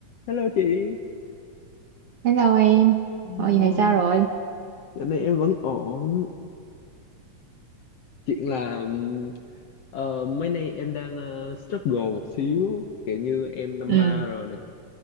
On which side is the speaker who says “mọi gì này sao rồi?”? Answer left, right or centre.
Right